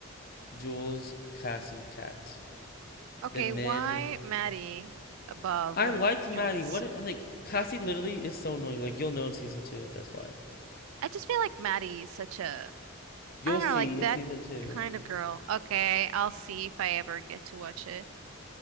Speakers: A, on the left; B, on the right.
A: Jules, Cassie, Kat.
B: Okay,
A: Then men.
B: why Maddie above
A: I
B: uh,
A: liked Maddie.
B: Jules?
A: What like Cassie literally is so annoying. Like you'll know in season two. That's why.
B: I just feel like Maddie's such a,
A: You'll
B: I don't
A: see
B: know, like
A: in
B: that
A: season two.
B: kind of girl. Okay, I'll see if I ever get to watch it.